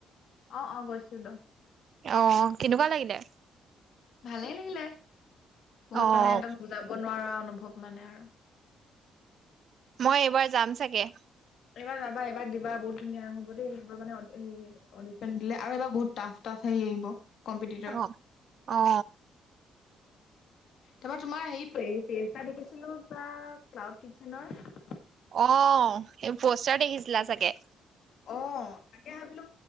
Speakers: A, on the left; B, on the right.
A: অ' অ' গৈছিলো।
B: অ কেনেকুৱা লাগিলে?
A: ভালেই লাগিলে, বহুত
B: অ',
A: মানে একদম বুজাব নোৱাৰা অনুভৱ মানে আৰু।
B: মই এইবাৰ যাম চাগে।
A: এইবাৰ যাবা, এইবাৰ দিবা বহুত ধুনীয়া হ'ব দেই গৈ মানে <unintelligible> অডিশ্যন দিলে আৰু এবাৰ বহুত টাফ টাফ হেৰি আহিব। কম্পিটিটৰ
B: অ' অ'।
A: তাৰপা তোমাৰ হেৰি পে-পেজ এটা দেখিছিলো কিবা ক্লাউড কিটচেনৰ।
B: অ' এই পোষ্টাৰ দেখিছিলা চাগে।
A: অ' তাকে ভাবিলো